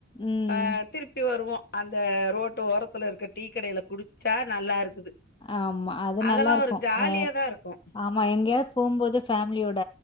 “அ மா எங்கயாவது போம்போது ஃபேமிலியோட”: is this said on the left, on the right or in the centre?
Left